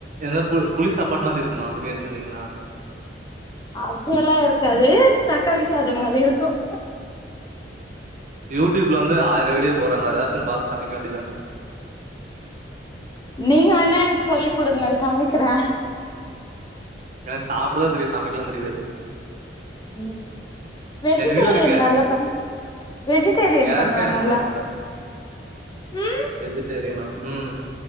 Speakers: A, on the right; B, on the left.
A: எ பு புளி சாப்பாடு மாரி இருக்குமா பிரியாணி செஞ்சிங்கன்னா
B: அப்டிலாம் இருக்காது தக்காளி சாதம் மாரி இருக்கும்
A: யூடீயூப் வந்து ஆயிர வீடியோ போடுறங்க எதாச்சும் பாத்து சமைக்க வேண்டியதுதானா
B: நீங்க வேணா எனக்கு சொல்லி் குடுங்க சமைக்குறேன்
A: எனக்கு சாப்பிடதான் தெரியும் சமைக்கலான் தெரியாது
B: ம் வெஜிடேரியன்
A: எங்க வீட்ல என்ன கே
B: நல்லா பண் வெஜிடேரியன்
A: கேஸே
B: பண்ணுவேன்
A: ஆன்
B: நல்லா
A: பண்ண விட மாட்டாங்க
B: ம்
A: வெஜிடேரியனா ம்